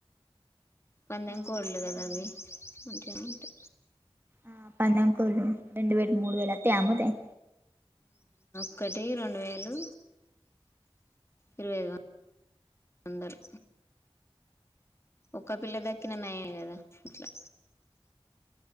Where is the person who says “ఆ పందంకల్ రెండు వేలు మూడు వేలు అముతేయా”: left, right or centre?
Right